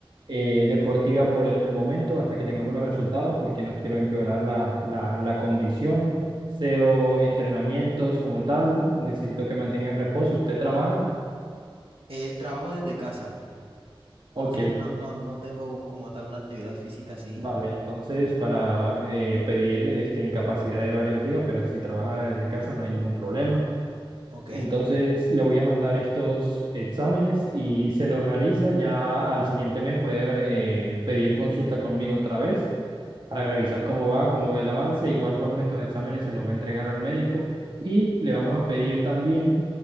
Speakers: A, on the right (about 55°); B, on the right (about 70°).
A: eh, deportiva por el momento hasta que tengamos los resultados, porque no quiero empeorar la, la, la condición. Cero entrenamientos como tal, necesito que mantenga reposo. ¿Usted trabaja?
B: Eh, trabajo desde casa,
A: Ok,
B: entonces no, no, no tengo como tal una actividad física así.
A: Vale, entonces para eh, pedir este, incapacidad de varios días, pero que si trabaja desde casa no hay ningún problema.
B: Ok,
A: Entonces le voy a mandar estos exámenes y se los realiza. Ya al siguiente mes puede eh, pedir consulta conmigo otra vez para revisar cómo va, cómo va el avance. De igual forma, estos exámenes se los va a entregar al médico y le vamos a pedir también